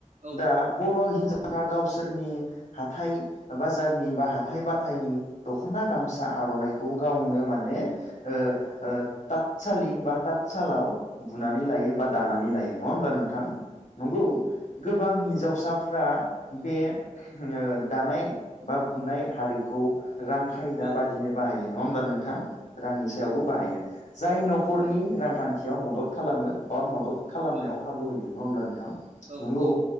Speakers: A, on the right (about 65°); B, on the left (about 70°).
A: औ
B: दा बर हिनजावफ्रा बा गावसोरनि हाथाय बाजारनि बा हा थाय बाथायनि दखना गामसा आरनाइखौ गावनो माने ओ ओ थाथसालि बा थाथ सालाव बु नानै लायो बा दानानै लायो। नङा होमब्ला नों थां नंगौ गोबां हिनजावसा फ्रा बे ओ दानाय बा बुनाय हारिखौ रां खायदा
A: औ
B: बादिनो बाहायो। नङा होमब्ला नोंथां रांनि सायावबो बाहायो जाय नख खरनि
A: नंगौ
B: रांखान थियाव मदद खालामो बा मदद खालामनायाव
A: औ
B: खाबु होयो। नङा होमब्ला नोंथां
A: औ
B: नंगौ
A: औ